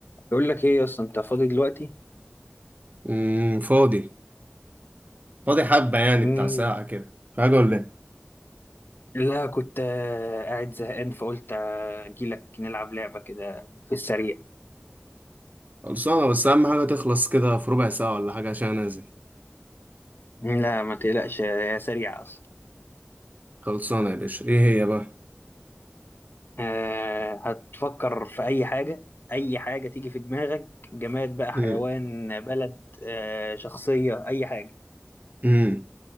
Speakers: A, on the left; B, on the right.
A: بقول لك ايه اصلا انت فاضي دلوقتي
B: امم فاضي فاضي حبة يعني
A: مم.
B: بتاع ساعة كده في حاجة ولا ايه
A: لا كنت آه، قاعد زهقان فقلت آه، اجيلك نلعب لعبة كده في السريع
B: خلصانة بس أهم حاجة تخلص كده في ربع ساعة ولا حاجة عشان أنزل
A: لا ما تقلقش هي سريعة اصلا
B: خلصانة يا باشا إيه هي بقى
A: آه، هتفكر في اي حاجة اي حاجة تيجي في دماغك جماد بقى حيوان
B: امم
A: بلد آه، شخصية اي حاجة
B: امم